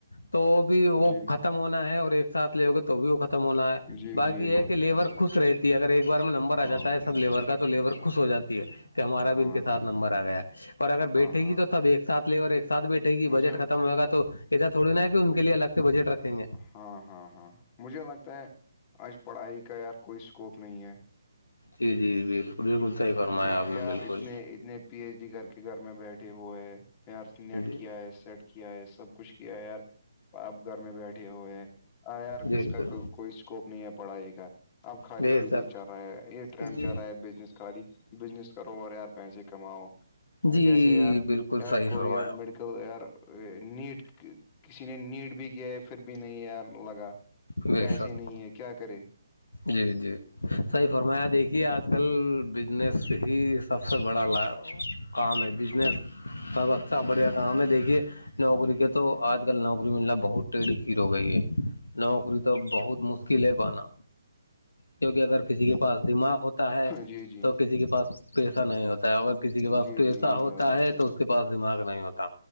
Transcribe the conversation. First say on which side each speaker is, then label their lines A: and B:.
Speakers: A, on the left (about 80°); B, on the left (about 25°).
A: تو بھی
B: جی
A: وہ ختر ختم ہونا ہے اور ایک ساتھ لےو گے تو بھی وہ ختم ہونا ہے
B: جی
A: بقی
B: جی
A: یہ
B: بات
A: ہے کہ لیبر
B: تو صحیح ہے
A: خوش رہتی ہے اگر ایک بار میں نمبر آ
B: ہاں
A: جاتا ہے سب لیبر کا تو لیبر خوش ہو جاتا کہ ہمارا بھی
B: ہاں
A: ان کے ساتھ
B: ہاں
A: نمبر آ گیا اور اگر
B: ہاں
A: بیٹھے
B: ہاں
A: گی تو سب ایک ساتھ لے اور ایک ساتھ بیٹھے ے گی
B: مجھے
A: بجٹ ختم ہوئے گ تو ایسا تھوڑی نا کہ ان کے لیے الگ سے بجٹ رکھیں گے
B: ہاں ہاں ہاں مجھے لگتا ہے آج پڑھائی کا یار کوئی اسکوپ نہیں ہے
A: جی جی بالکل بالکل صحیح فرمایا
B: میں
A: آپ نے
B: یار
A: بالکل
B: اتنے اتنے پی ایچ ڈی کر کے گھر میں بیٹھے ہوئے یار نیٹ
A: جی
B: کیا ہے سیٹ کیا ہے سب کچھ کیا ہے یار آپ گھر میں بیٹھے ہوئے ہاں یار
A: بالکل
B: اس کا کوئی اسکوپ نہیں ہے پڑھائی کا اب خالی
A: بے
B: بزنس
A: شک
B: چل رہا ہے یہ ٹرینڈ
A: جی
B: چل رہا ہے بزنس خالی بزنس کرو اور یار پیسے کماؤ
A: جی
B: جیسے یار
A: بالکل
B: یار
A: صحیح
B: کوئی
A: فرمایا
B: یار م ر نیٹ کسی نے نیٹ بھی کیا ہے پھر بھی نہیں یار لگا
A: بے
B: پیسے
A: شک
B: نہیں ہے کیا کرے
A: جی جی صحیح فرمایا دیکھیے آج کل بزنس ہی سب سے بڑا لا کام ہے بزنس سب اچھا بڑھیا کام ہے دیکھیے نوکری کے تو آج کل نوکری ملنا بہت ٹیڑ کی ہو گئی ہے نوکری تو بہت مشکل ہے پانا کیونکہ اگر کسی کے پاس دماغ ہوتا ہے
B: جی جی
A: تو کسی کے پاس پیسہ نہیں ہوتا ہے اگر کسی کے پاس
B: جی
A: پیسہ
B: جی یہ
A: ہوتا
B: بھی
A: ہے
B: صحیح
A: تو اس کے پاس دماغ نہیں ہوتا